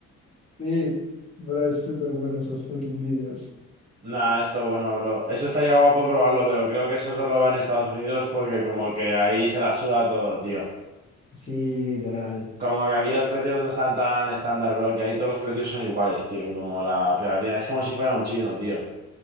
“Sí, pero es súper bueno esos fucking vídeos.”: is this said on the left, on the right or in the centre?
Left